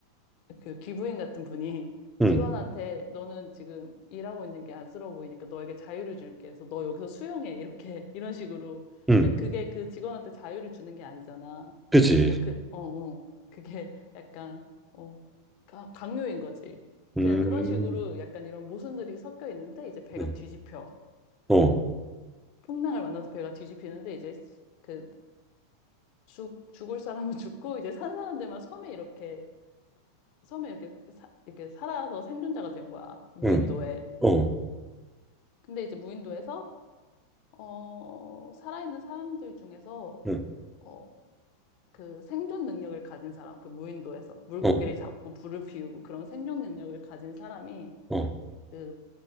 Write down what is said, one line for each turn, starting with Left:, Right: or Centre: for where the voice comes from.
Left: 그 기부인 같은 분이 <laughs>
Centre: 응,
Left: 직원한테 너는 지금 일하고 있는 게 안쓰러워 보이니까 너에게 자유를 줄게. 그래서 너 여기서 수영해. 이렇게 <laughs> 이런 식으로.
Centre: 응,
Left: 그러니까 그게 그 직원한테 자유를 주는 게 아니잖아.
Centre: 그지?
Left: 그러니까 그, 어, 어. 그게 약간 어, 가- 강요인 거지.
Centre: 음,
Left: 그냥 그런 식으로 약간 이런 모순들이 섞여 있는데 이제 배가
Centre: 응,
Left: 뒤집혀.
Centre: 어,
Left: 풍랑을 만나서 배가 뒤집히는데 이제 그 죽, 죽을 사람은 <laughs> 죽고 이제 산 사람들만 섬에 이렇게 섬에 이렇게 사, 이렇게 살아서 생존자가 된 거야. 무인도에.
Centre: 응, 어,
Left: 근데 이제 무인도에서 어, 살아있는 사람들 중에서
Centre: 응,
Left: 어, 그 생존 능력을 가진 사람, 그 무인도에서 물고기를
Centre: 어,
Left: 잡고 불을 피우고 그런 생존 능력을 가진 사람이
Centre: 어,
Left: 그